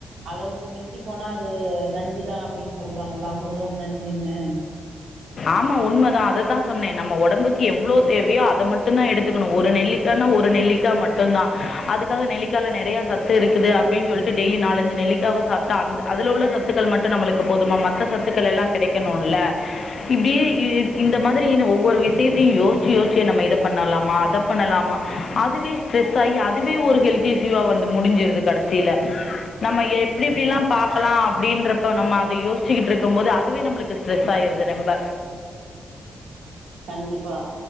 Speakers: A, on the right; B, on the left.
A: அளவுக்கு மிஞ்சி போனா அது நஞ்சுதா அப்டின்னு சொல்றாங்கல்ல அமிர்தமு நஞ்சுன்னு
B: ஆமா உண்மதா அதத்தா சொன்னே நம்ம ஒடம்புக் எவ்வளவு தேவையோ அதை மட்டும் தான் எடுத்து த்துக்கணும் ஒரு நெல்லிக்காய்னா ஒரு நெல்லிக்காய் மட்டும தான் அதுக்காக நெல்லிக்காய்ல நறைய சத்து இருக்குது அப்டின்னு சொல்லிட்டு டெய்லி நாலஞ்சு நெல்லிக்காவை சாப்பிட்டா அந்த அதுல உள்ள சத்துக்கள் மட்டும் நம்மளுக்கு போதுமா மத்த சத்துக்கள் எல்லாம் கிடைக்கணும்ல்ல இப்டியே இ இந்த மாதிரி ஒவ்வொரு விஷயத்தையும் யோஸ்சி-யோஸ்சி நம்ம இதை பண்ணலாமா அத பண்ணலாமா அதுவே ஸ்ட்ரெஸ் சவி அதுவே ஒரு ஹெல்தி <unintelligible> கடைசியில நம்ம எப்டிப்டியெல்லாம் பாக்கலாம்
A: ஆ
B: அப்டின்றப்ப நம்ம அது இது யோசிக்கிட்டு இருக்கும் போது அதுவே நம்மளுக் <unintelligible> ம்ப
A: கண்டிப்பா